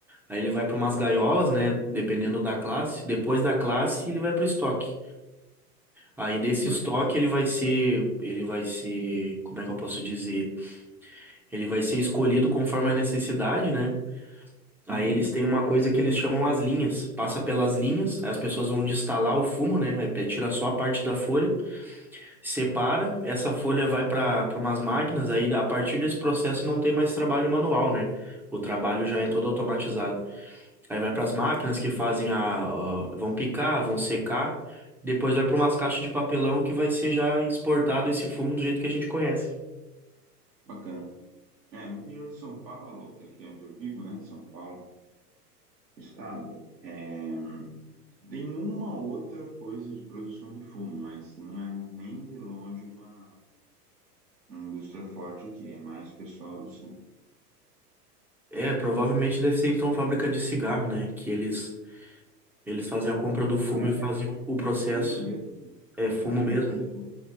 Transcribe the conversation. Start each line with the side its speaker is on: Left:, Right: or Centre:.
Centre: aí ele vai para umas gaiolas, né? Dependendo da classe. Depois da classe, ele vai para o estoque. Aí desse
Right: Bacana.
Centre: estoque ele vai ser, ele vai ser, como é que eu posso dizer? Ele vai ser escolhido conforme a necessidade, né? Aí
Right: Uhum.
Centre: eles têm uma coisa que eles chamam as linhas. Passa pelas linhas, aí as pessoas vão destalar o fumo, né? Aí pe- tira só a parte da folha, separa, essa folha vai para para umas máquinas, aí a partir desse processo não tem mais trabalho manual, né? O trabalho já
Right: Uhum.
Centre: é todo automatizado. Aí vai para as máquinas
Right: Bacana.
Centre: que fazem a, a- vão picar, vão secar, depois vai para umas caixas de papelão que vai ser já exportado esse fumo do jeito que a gente conhece.
Right: Bacana. É, no interior de São Paulo, que aqui é onde eu vivo, né? São Paulo, estado, é, tem uma outra coisa de produção de fumo, mas não é nem de longe uma, uma indústria forte aqui, é mais o pessoal do sul.
Centre: É, provavelmente deve ser então fábrica de cigarro, né? Que eles Eles fazem a compra do fumo
Right: Não,
Centre: e
Right: é,
Centre: fazem o o
Right: é
Centre: processo.
Right: fumo mesmo,
Centre: É fumo
Right: é fumo
Centre: mesmo?
Right: mesmo.